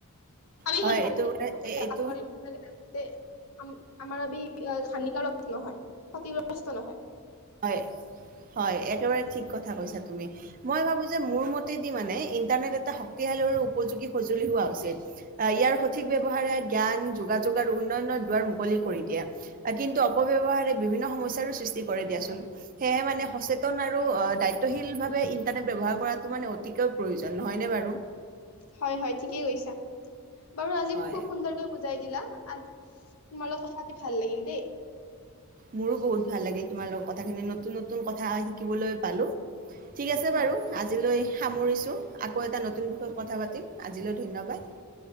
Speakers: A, on the left (about 70°); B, on the right (about 40°).
A: খালি
B: হয়,
A: হে ভাল
B: এইটো
A: দিশটো
B: মানে
A: সদায়
B: এ- এইটো
A: আঁকোৱালি লব লাগে। তে আমাৰ আ হানিকাৰক নহয় ক্ষতিগ্ৰস্ত নহয়
B: হয় হয় একেবাৰে ঠিক কথা কৈছা তুমি মই ভাবো যে মোৰ মতেদি মানে ইন্টাৰনেট এটা শক্তিশালী আৰু উপযোগী সঁজুলি হোৱা উচিত ইয়াৰ সঠিক ব্যবহাৰ জ্ঞান যোগাযোগ আৰু উন্নয়নৰ দুৱাৰ মুকলি কৰি দিয়া কিন্তু অপব্যৱহাৰে বিভিন্ন সমস্যয়াৰো সৃষ্টি কৰে দিয়া সেয়হে মানে সচেতন আৰু দায়িত্বশীলভাৱে ইন্টাৰনেট ব্যৱহাৰ কৰাটো মানে অতিকৈ প্ৰয়োজন নহয়নে বাৰু
A: হয় হয় ঠিকেই কৈছা বাৰু আজি
B: হয়।
A: খুব সুন্দৰকৈ বুজাই দিলা তোমাৰ লগত কথা পাতি ভাল লাগিল দেই
B: মোৰো বহুত ভাল লাগিল তোমাৰ লগত কথাখিনি নতুন নতুন কথা শিকিবলৈ পালো ঠিক আছে
A: হয়
B: বাৰু আজিলৈ সামৰিছো আকৌ এটা নতুন বিষয়ত কথা পাতিম আজিলৈ ধন্যবাদ